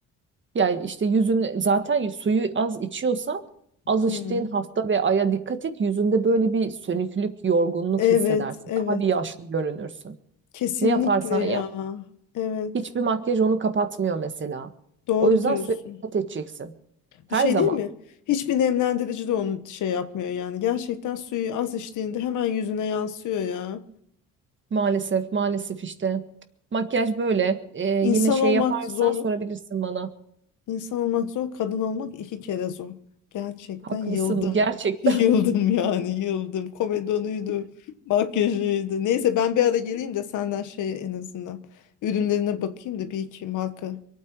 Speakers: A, on the right; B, on the left.
A: Yani işte yüzün zaten suyu az içiyorsan az
B: Hmm.
A: içtiğin hafta ve aya dikkat et. Yüzünde böyle bir sönüklük, yorgunluk
B: Evet,
A: hissedersin.
B: evet.
A: Daha bir yaşlı görünürsün.
B: Kesinlikle
A: Ne yaparsan
B: ya.
A: yap,
B: Evet.
A: hiçbir makyaj onu kapatmıyor mesela.
B: Doğru
A: O yüzden
B: diyorsun.
A: suya dikkat edeceksin. Her
B: Bir şey
A: zaman.
B: değil mi? Hiçbir nemlendirici de onu şey yapmıyor yani. Gerçekten suyu az içtiğinde hemen yüzüne yansıyor ya.
A: Maalesef, maalesef işte. Makyaj böyle. Ee, yine
B: İnsan
A: şey
B: olmak
A: yaparsan
B: zor.
A: sorabilirsin bana.
B: İnsan olmak zor, kadın olmak iki kere zor. Gerçekten
A: Haklısın
B: yıldım.
A: gerçekten.
B: <laughs> Yıldım yani yıldım. Komedonuydu, makyajıydı. Neyse ben bir ara geleyim de senden şey en azından ürünlerine bakayım da bir iki marka